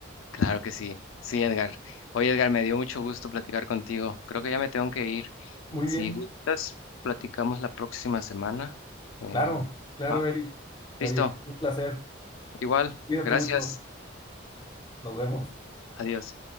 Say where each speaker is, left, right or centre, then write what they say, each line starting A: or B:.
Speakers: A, on the left; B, on the left.
A: Claro que sí. Sí, Edgar. Oye, Edgar, me dio mucho gusto platicar contigo. Creo que ya me tengo que ir.
B: Muy
A: Si
B: bien,
A: gustas, platicamos la próxima semana. Em,
B: claro, claro,
A: ¿va?
B: Eric. Oye,
A: Listo.
B: un placer.
A: Igual,
B: Cuídate
A: gracias.
B: mucho. Nos vemos.
A: Adiós.